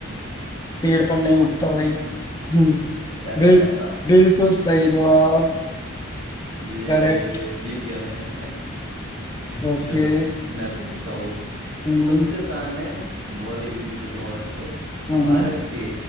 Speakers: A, on the left (about 15°); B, on the right (about 80°).
A: पेड़ पर नहीं उगता भाई
B: <laughs>
A: हम्म,
B: पैसा
A: बिल,
B: पैसा
A: बिल्कुल सही जवाब
B: ये
A: करेक्ट
B: जीत गया मैं <laughs>
A: ओके
B: चलो मैं पूछता हूँ
A: हम्म
B: सबसे आसान है बहुत इजी इजी पूछूंगा वैसे तो
A: हम्म
B: भारत
A: हम्म
B: के